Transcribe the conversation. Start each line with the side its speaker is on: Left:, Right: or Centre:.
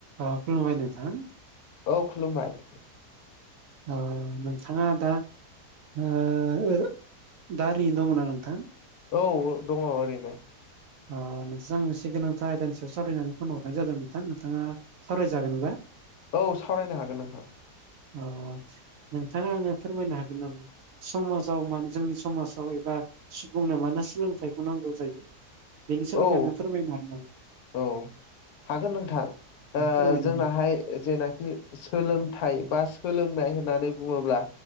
Right: अ'खुलुमबाय नोंथां!
Left: औ खुलुमबाय!
Right: आ नोंथाङा दा ओ ओरैनो दंना नोंथां!
Left: औ ओ दङ ओरैनो!
Right: अ नोंजां मोनसे गोनांथार आयदानि सायाव सावरायनानै फन हरनाय जादों नोंथां नोंथाङा सावरायजागोनबा-
Left: औ सावरायनो हागोन नोंथां!
Right: औ औ नोंथाङा आंनो फोरमायनो हागोन नामा? समाजाव मानो जोंनि समाजाव एबा सुबुंनो मानो सोलोंथाइखौ नांगौ जायो! बेनि सोमोन्दनो
Left: औ
Right: फोरमायनो हागोन नामा?
Left: औ हागोन नोंथां
Right: दे
Left: ओ
Right: फोरमायलाय
Left: जोंनाहाय-
Right: नोंथां
Left: जेनाखि सोलोंथाइ बा सोलोंनाय होननानै बुङोब्ला-